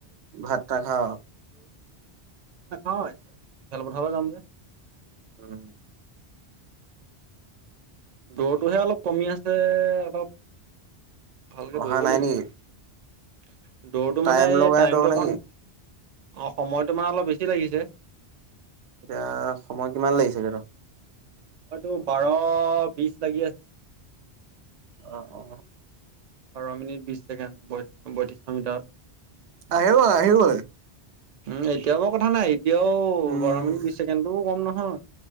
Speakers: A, on the right; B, on the right.
A: ভাত নাখাও?
B: নাখাওঁ খেল পথাৰলে জাম যে।
A: উম।
B: দৌৰটোহে অলপ কমি আছে অলপ। ভালকে
A: অহা
B: দৌৰিব
A: নাই
B: লাগিব।
A: নেকি?
B: দৌৰটো
A: টাইম
B: মানে এই
A: লগাই
B: টাইমটো
A: দৌৰ নেকি?
B: অকমান অ' সময়তো মানে অলপ বেছি লাগিছে।
A: এতিয়া সময় কিমান লাগিছেগে তোৰ?
B: সময়তটো বাৰ বিশ লাগি আছে।
A: আহ অ।
B: বাৰ মিনিট, বিশ ছেকেণ্ড বত্ৰিশ মিটাৰ।
A: আহিব আহিবই।
B: উম, এতিয়াও বৰ কথা নাই। এতিয়াও
A: উম,
B: বাৰ মিনিট বিশ ছেকেণ্ডটোও কম নহয়।